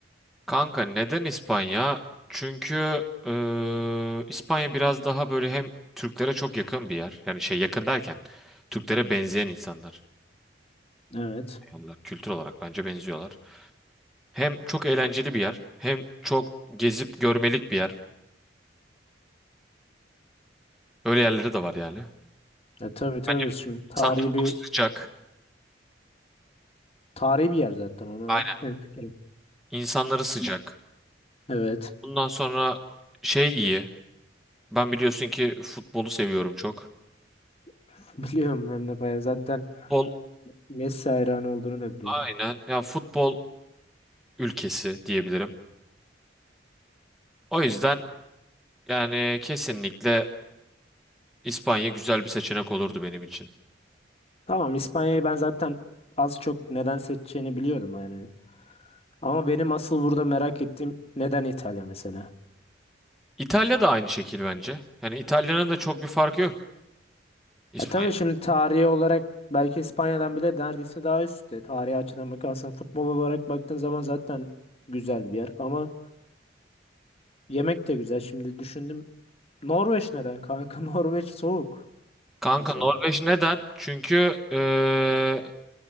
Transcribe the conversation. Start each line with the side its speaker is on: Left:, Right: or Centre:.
Centre: Kanka neden İspanya? Çünkü eee, İspanya biraz daha böyle hem Türklere çok yakın bir yer. Yani şey yakın derken Türklere benzeyen insanlar.
Left: Evet.
Centre: Yanlar, kültür olarak bence benziyorlar. Hem çok eğlenceli bir yer, hem çok gezip görmelik bir yer. Öyle yerleri de var yani.
Left: E tabii tabii
Centre: Bence
Left: şimdi tarihi
Centre: insanlar
Left: bir
Centre: çok sıcak.
Left: tarihi bir yer zaten ona
Centre: Aynen.
Left: hemfikirim.
Centre: İnsanları sıcak.
Left: Evet.
Centre: Bundan sonra şey iyi. Ben biliyorsun ki futbolu seviyorum çok.
Left: <laughs> Biliyorum hem de bayağı zaten
Centre: Futbol
Left: Messi hayranı olduğunu da biliyorum.
Centre: aynen. Ya futbol ülkesi diyebilirim. O yüzden Yani kesinlikle İspanya güzel bir seçenek olurdu benim için.
Left: Tamam İspanya'yı ben zaten az çok neden seçeceğini biliyordum yani. Ama benim asıl burada merak ettiğim neden İtalya mesela?
Centre: İtalya da aynı şekil bence. Yani İtalya'nın da çok bir farkı yok. İspanya.
Left: Ya tabii şimdi tarihi olarak belki İspanya'dan bile neredeyse daha üstte. Tarihi açıdan bakarsan futbol olarak baktığın zaman zaten güzel bir yer. Ama yemek de güzel. Şimdi düşündüm. Norveç neden kanka? <laughs> Norveç soğuk
Centre: Kanka
Left: mesela.
Centre: Norveç neden? Çünkü eee,